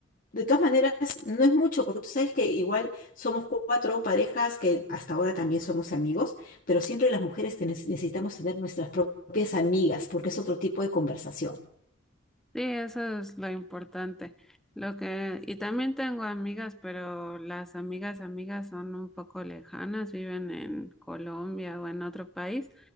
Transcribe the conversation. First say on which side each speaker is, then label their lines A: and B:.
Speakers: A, on the left; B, in the centre.
A: de todas maneras no es mucho, porque tú sabes que igual somos cuatro parejas que hasta ahora también somos amigos, pero siempre las mujeres te- necesitamos tener nuestras propias amigas, porque es otro tipo de conversación.
B: Sí, eso es lo importante. Lo que, y también tengo amigas, pero las amigas, amigas son un poco lejanas, viven en Colombia o en otro país